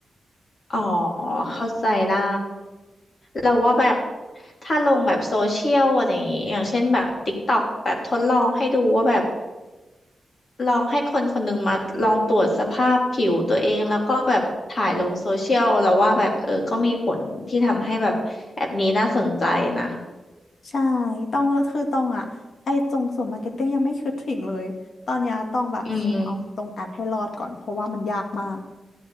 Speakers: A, on the left; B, on the left.
A: อ๋อเข้าใจได้เราว่าแบบถ้าลงแบบโซเชียลอะไรอย่างงี้อย่างเช่นแบบ TikTok แบบทดลองให้ดูว่าแบบลองให้คนคนหนึ่งมาลองตรวจสภาพผิวตัวเองแล้วก็แบบถ่ายลงโซเชียลเราว่าแบบเออก็มีผลที่ทำให้แบบแอปนี้น่าสนใจนะ
B: ใช่ตองก็คือตองอ่ะไอ้ตรงส่วนมาร์เก็ตติ้งยังไม่คิดถึงเลยตอนเนี้ยตองแบบขอเอาตรงแอปให้รอดก่อนเพราะว่ามันยากมาก
A: อืม